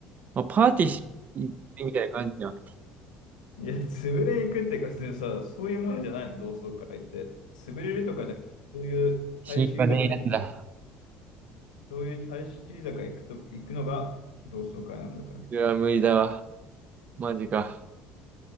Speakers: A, on the right; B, on the left.
A: まあ、パーティーし、
B: いや、
A: 行ってみたいな感じじゃん。
B: いや潰れ行くっていうか、普通にさ、そういうもんじゃないの、同窓会って。潰れるとかじゃなくて、そういう大衆居酒屋行く、
A: 心配ねえやつだ。
B: そういう大衆居酒屋行くと、行くのが同窓会なんだから。
A: いや、無理だわ。マジか。